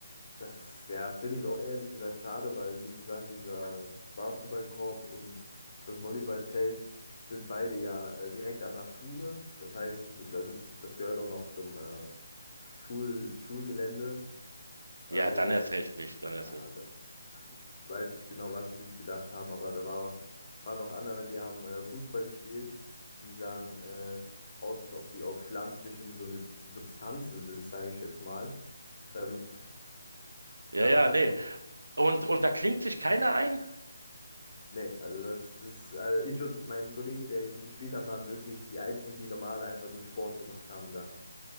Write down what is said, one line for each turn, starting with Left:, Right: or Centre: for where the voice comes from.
Left: das ja, finde ich auch ehrlich gesagt schade, weil wie gesagt, dieser Basketballkorb und das Volleyballfeld sind beide ja äh, direkt an der Schule. Das heißt, das ist, das gehört auch noch zum äh, Schul Schulgelände. Also
Right: Ja, dann erst recht nicht, dann erst
Left: Na,
Right: recht
Left: das,
Right: nicht.
Left: ich weiß nicht genau, was sie sich gedacht haben, aber da war, waren noch andere, die haben äh, Fußball gespielt. Die sahen äh, aus, als ob die auf pflanzlichen so Substanzen sind, sage ich jetzt mal. Ähm,
Right: Ja,
Left: danach
Right: ja,
Left: hat's
Right: nee.
Left: auch.
Right: Und, und da klingt sich keiner ein.
Left: Nee, also das ist, also ich und mein Kollege, der die gespielt haben, waren wirklich die einzigen, die normal einfach nur Sport gemacht haben da.